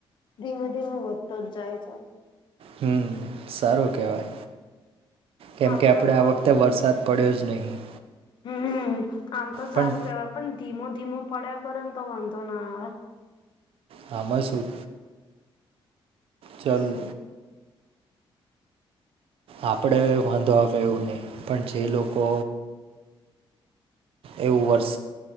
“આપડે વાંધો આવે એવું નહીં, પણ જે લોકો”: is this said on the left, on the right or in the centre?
Right